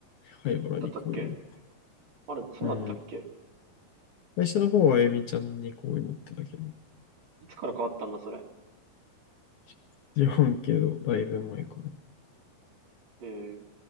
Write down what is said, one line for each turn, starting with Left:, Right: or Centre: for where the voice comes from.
Left: 灰原に好意持って
Right: だったっけあれ、そうだったっけ
Left: る。うん。最初の方はあゆみちゃんに好意持ってたけど、
Right: いつから変わったんだそれ。
Left: <laughs> 知らんけど、だいぶ前から。
Right: えー